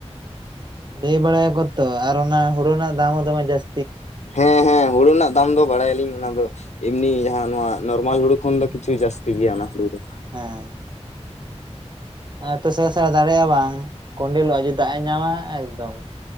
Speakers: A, on the right; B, on the left.
A: ᱞᱟᱹᱭ ᱵᱟᱲᱟᱭᱟᱠᱚ ᱛᱚ ᱟᱨ ᱚᱱᱟ ᱦᱩᱲᱩ ᱨᱮᱱᱟᱜ ᱫᱟᱢ ᱦᱚᱸ ᱫᱚᱢᱮ ᱡᱟᱹᱥ
B: ᱦᱮᱸ ᱦᱮᱸ ᱦᱩᱲᱩ ᱨᱮᱱᱟᱜ ᱫᱟᱢ ᱫᱚ ᱵᱟᱲᱟᱭᱟᱞᱤᱧ᱾ ᱚᱱᱟ ᱫᱚ ᱮᱢᱱᱤ ᱡᱟᱦᱟᱸ ᱱᱚᱣᱟ ᱱᱚᱨᱢᱟᱞ ᱦᱩᱲᱩ ᱠᱷᱚᱱ ᱫᱚ ᱠᱤᱪᱷᱩ ᱡᱟᱹᱥᱛᱤ ᱜᱮᱭᱟ, ᱚᱱᱟ ᱦᱩᱲᱩ ᱫᱚ᱾
A: ᱦᱮᱸᱻ ᱮᱛᱚ ᱥᱮᱻ ᱥᱮᱬᱟ ᱫᱟᱨᱮᱜ-ᱟ ᱵᱟᱝ ᱠᱚᱸᱰᱮᱞᱚᱜ-ᱟ ᱡᱩᱫᱤ ᱫᱟᱜ ᱮ ᱧᱟᱢᱟ ᱮᱠᱫᱚᱢ